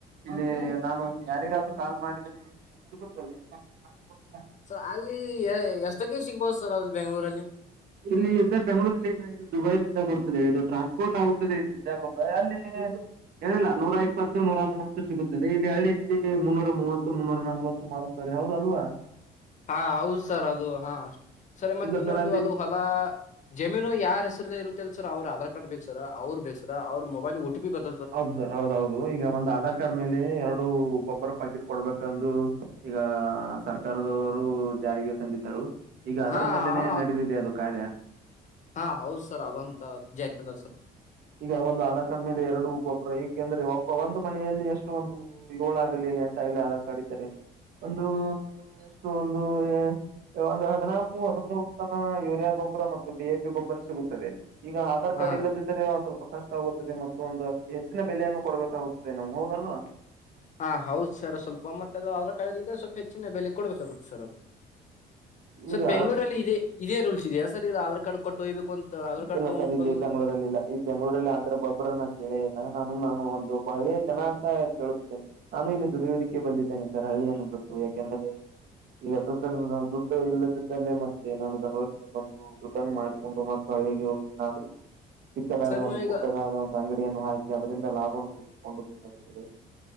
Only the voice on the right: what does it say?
ಇಲ್ಲಿ ನಾನು ಯಾರಿಗಾದ್ರೂ ಕಾಲ್ ಮಾಡಿದ್ರೆ ಸಿಗುತ್ತವೆ. <inaudible>
ಇಲ್ಲಿ ಸರ್ ಬೆಂಗಳೂರಲ್ಲಿ ದುಬೈದಿಂದ ಬರುತ್ತದೆ ಇದು ಟ್ರಾನ್ಸ್ಪೋರ್ಟ್ ಆಗುತ್ತದೆ ಇದು ಯೂರಿಯಾ ಗೊಬ್ಬರ ಎಲ್ಲೆದಿಲೆ. ಹೇಳಿಲ್ಲ ನೂರ ಇಪ್ಪತ್ತು ನೂರ ಮೂವತ್ತು ಸಿಗುತ್ತದೆ ಇಲ್ಲಿ ಹಳ್ಳಿಯಲ್ಲಿ ಮುನ್ನೂರ ಮೂವತ್ತು ಮುನ್ನೂರ ನಲ್ವತ್ತು. ಮಾರುತ್ತಾರೆ ಹೌದಲ್ವಾ.
ಇಲ್ಲ
ಸರ್ ಅಲ್ಲಿ
ಹೌದು ಸರ್ ಹೌದೌದು ಈಗ ಒಂದು ಆಧಾರ್. ಕಾರ್ಡ್ ಮೇಲೆ ಎರಡು ಗೊಬ್ಬರ ಪಾಕೆಟ್ ಕೊಡಬೇಕಂದು ಈಗ ಸರ್ಕಾರದವರು ಜಾರಿಗೆ ತಂದಿದ್ದರು ಈಗ ಅದರ
ಮೇಲೆನೆ
ನಡೆದಿದೆ ಅದು ಕಾರ್ಯ.
ಈಗ ಒಂದು ಆಧಾರ್ ಕಾರ್ಡ್ ಮೇಲೆ ಎರಡು ಗೊಬ್ಬರ ಏಕೆಂದ್ರೆ ಒಬ್ಬ ಒಂದು ಮನೆಯಲ್ಲಿ ಎಷ್ಟು ಒಂದು. ಯೊಳಾಗಲಿ ಎಂಟಾಗಲಿ ಆಧಾರ್ ಕಾರ್ಡ್ ಇದ್ದಾರೆ ಒಂದು ಎಷ್ಟು ಒಂದು ಎ. ಒಂದು ಹದಿನಾಲ್ಕು ಹದಿಮೂರು ತನ ಯೂರಿಯಾ ಗೊಬ್ಬರ ಮತ್ತು ಡಿ ಎ ಪಿ ಗೊಬ್ಬರ ಸಿಗುತ್ತದೆ. ಈಗ ಆಧಾರ್ ಕಾರ್ಡ್
ಇಲ್ಲದಿದ್ದರೆ. ಸ್ವಲ್ಪ ಕಷ್ಟಾಗುತ್ತದೆ ಮತ್ತು ಒಂದು ಹೆಚ್ಚಿನ ಬೆಲೆಯನ್ನು ಕೊಡಬೇಕಾಗುತ್ತದೆ ನಮ್ಗ ಹೌದಲ್ವಾ.
ಈಗ
ಇಲ್ಲ
ಸರ್ ಇಲ್ಲಿ
ಬೆಂಗ್ಳೂರಲ್ಲಿಲ್ಲ. ಈ ಬೆಂಗ್ಳೂರಲ್ಲಿ ಆತರ ಗೊಬ್ಬ್ರನ ಕೇಳೇ ಇಲ್ಲ ನಾನು ನಾನು ಒಂದು ಒಬ್ಬ ಹಳೇ ಜನ ಅಂತ ಕೇಳುತ್ತಿದ್ದೇನೆ. ನಾನು ಇಲ್ಲಿ ದುಡಿಯೋದಕ್ಕೆ ಬಂದಿದ್ದೇನೆ ಸರ್ ಹಳ್ಳಿಯನ್ನ ಬಿಟ್ಟು ಯಾಕೆಂದರೆ. ಈಗ ದುಡ್ಡನ್ನು ದುಡ್ಡು ಇಲ್ಲದಿದ್ದಲ್ಲಿ ಮತ್ತೆ ನಾನು ಬೆಂಗಳೂರಿಗೆ ಬಂದು ದುಡ್ಡನ್ನು ಮಾಡಿಕೊಂಡು ಮತ್ತೆ ಹಳ್ಳಿಗೆ ಹೋಗಿ ಏನಾದ್ರೂ ಚಿಕ್ಕದಾದ
ಒಂದು
ಪುಟ್ಟದಾದ ಒಂದು ಅಂಗಡಿಯನ್ನು ಹಾಕಿ ಅದರಿಂದ ಲಾಭವನ್ನು ತೆಗೆದುಕೊಂಡು ಬೇಕಾಗುತ್ತದೆ.